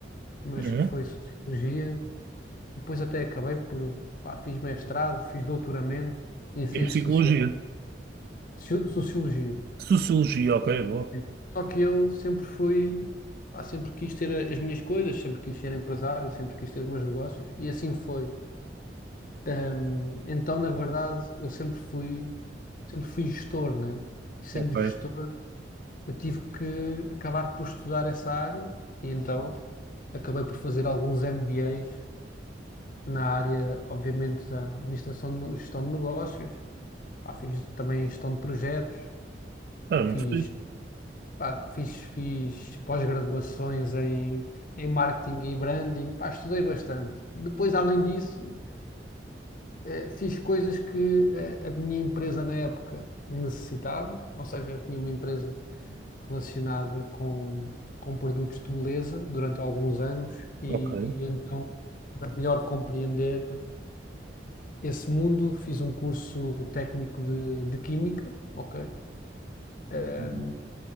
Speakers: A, on the left; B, on the right.
A: mas
B: Uhum.
A: que foi sociologia, e depois até acabei por, pá, fiz mestrado, fiz doutoramento em ciências
B: Em psicologia.
A: sociais, soci- sociologia.
B: Sociologia, ok, boa.
A: Sim. Só que eu sempre fui, pá, sempre quis ter a- as minhas coisas, sempre quis ser empresário, sempre quis ter os meus negócios e assim foi. Ahm, então, na verdade, eu sempre fui, sempre fui gestor, né? E sendo
B: Ok.
A: gestor, eu tive que acabar por estudar essa área e então acabei por fazer alguns MBAs na área, obviamente, da administração de gestão de negócios. Pá, fiz também gestão de projetos,
B: Ah, muito
A: fiz
B: fixe.
A: Pá, fiz, fiz pós-graduações em, em marketing e branding, pá, estudei bastante. Depois, além disso, eh, fiz coisas que eh, a minha empresa na época necessitava, ou seja, eu tinha uma empresa relacionada com, com produtos de beleza durante alguns anos e,
B: Ok.
A: e então, para melhor compreender esse mundo, fiz um curso técnico de, de química, ok? Eh,
B: Uhum.